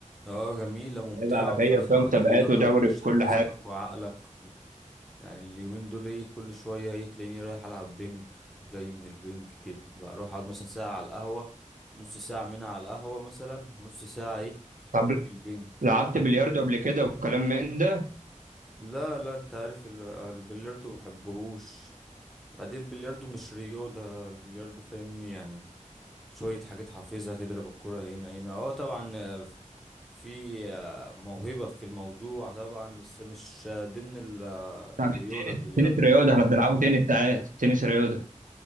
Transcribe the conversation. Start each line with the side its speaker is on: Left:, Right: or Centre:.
Centre: اه جميلة ممتعة
Right: لعبه
Centre: وفي
Right: عالميه
Centre: نفس
Right: وفيها
Centre: الوقت
Right: مسابقات
Centre: الرياضة
Right: ودوري
Centre: بتنشط
Right: وكل
Centre: جسمك
Right: حاجه
Centre: وعقلك و... يعني اليومين دول ايه كل شوية ايه تلاقيني رايح ألعب بينج جاي من البينج كده بروح أقعد مثلا ساعة على القهوة نص ساعة منها على القهوة مثلا ونص ساعة ايه
Right: طب
Centre: في البينج
Right: لعبت بلياردو قبل كده وكلام من ده
Centre: لا لا انت عارف ال- البلياردو مبحبهوش بعدين البلياردو مش رياضة البلياردو فاهمني يعني شوية حاجات حافظها تضرب الكرة هنا هنا اه طبعا آه، ف- في آه، موهبة في الموضوع طبعا بس مش آه، ضمن ال- آه،
Right: طب
Centre: الرياضة
Right: التنس
Centre: البلياردو
Right: تنس رياضه احنا بنلعبه تنس ساعات تنس رياضه